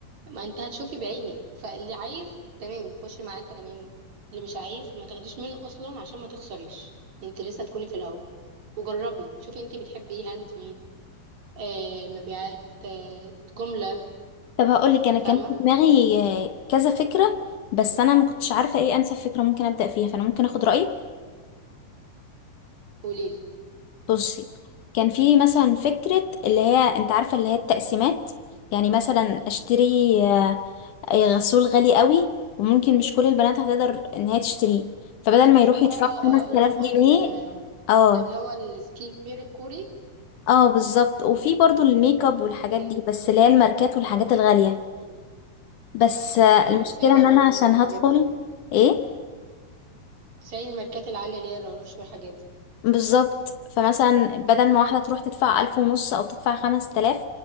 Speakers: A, on the right (about 55°); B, on the left (about 70°).
A: ما انت هتشوفي بعينك فاللي عايز تمام خشي معاه تمام اللي مش عايز ما تاخديش منه اصلا عشان ما تخسريش انت لسه تكوني في الاول وجربي شوفي انت بتحبي ايه هاند ميد آه مبيعات آه جملة
B: طب هقول لك انا كان
A: فاهمة
B: في دماغي آه، كذا فكره بس انا ما كنتش عارفه ايه انسب فكره ممكن ابدا فيها فانا ممكن اخد رايك
A: قوليلي
B: بصي كان في مثلا فكره اللي هي انت عارفه اللي هي التقسيمات يعني مثلا اشتري آه، آه، غسول غالي قوي وممكن مش كل البنات هتقدر ان هي تشتريه فبدل ما يروحوا يدفعوا
A: اه اه
B: 5000
A: اه اللي هو
B: جنيه
A: ال-
B: اه
A: ده اللي هو السكين كير الكوري
B: اه بالظبط وفي برضو الميك اب والحاجات
A: اوكي.
B: دي بس اللي هي الماركات والحاجات الغاليه
A: م-م.
B: بس آه،
A: ايوه
B: المشكله
A: زي
B: ان
A: لا روش
B: انا عشان
A: والحاجات
B: هدخل
A: دي
B: ايه
A: زي الماركات العالية اللي هي لا روش والحاجات دي
B: بالظبط فمثلا بدل ما واحدة تروح تدفع ألف ونص أو تدفع خمس تلاف